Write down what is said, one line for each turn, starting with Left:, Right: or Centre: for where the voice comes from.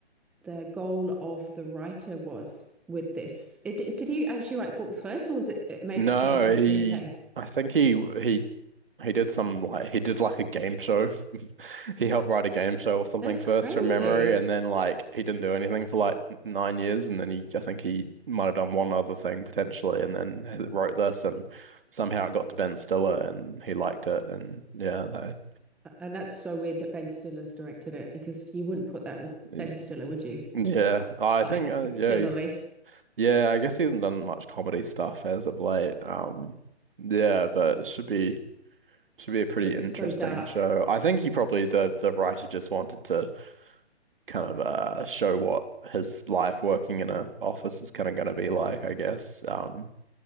Centre: the goal of the writer was with this. It, did he actually write books first, or was it made
Right: No,
Centre: straight into a
Right: he.
Centre: screenplay?
Right: I think he he he did some like he did like a game show. <laughs> He helped write a game show or something
Centre: That's
Right: first
Centre: crazy.
Right: from memory, and then like he didn't do anything for like nine years, and then he I think he might have done one other thing potentially, and then he wrote this, and somehow it got to Ben Stiller, and he liked it, and yeah, that
Centre: And that's so weird that Ben Stiller's directed it because you wouldn't put that with
Right: is
Centre: Ben Stiller, would you?
Right: yeah. I think
Centre: Like,
Right: uh,
Centre: it-
Right: yeah,
Centre: generally,
Right: he's. Yeah, I guess he hasn't done much comedy stuff as of late. Um, yeah, but it should be should be a pretty
Centre: it's
Right: interesting
Centre: so dark.
Right: show. I think he probably the the writer just wanted to kind of uh show what his life working in a office is kind of going to be like, I guess. Um,